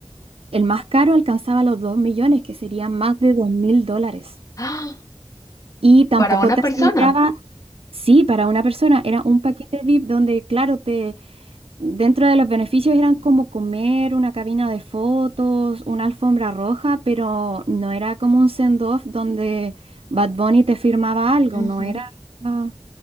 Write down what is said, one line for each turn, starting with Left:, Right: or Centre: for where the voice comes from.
Right: el más caro alcanzaba los 2 millones, que serían más de dos mil dólares.
Left: ¡Ah!
Right: Y tampoco
Left: Para una
Right: te
Left: persona,
Right: aseguraba, sí, para una persona era un paquete VIP donde, claro, te, dentro de los beneficios eran como comer, una cabina de fotos, una alfombra roja, pero no era como un send-off donde Bad Bunny te firmaba algo,
Left: ujú,
Right: no era... ah,